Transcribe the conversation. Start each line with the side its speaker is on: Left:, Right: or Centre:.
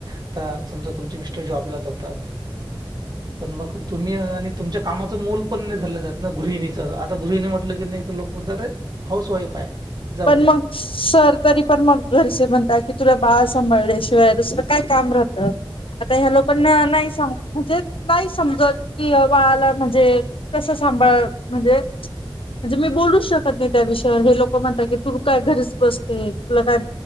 Right: आता समजा तुमची मिस्टर जॉबला जातात पण मग तुम्ही आणि तुमच्या कामाच मोल पण नाही धरल्या गृहिणीच आता गृहिणी म्हटलं की. नाही तर लोक म्हणताते हाऊस वाईफ आहे. जाऊ
Left: पण
Right: द्या.
Left: मग शहर तरी पण मग घरचे म्हनता कि तुला बाळ सांभाळल्याशिवाय दुसरं काय काम राहतं. आता ह्या लोकांना नाही म्हणजे नाही समजत कि बाळाला म्हणजे. कसं सांभाळ म्हणजे म्हणजे मी बोलूचं शकत नाही त्या विषयावर हे लोक म्हणता. क तू काय घरीच बसते तुला काय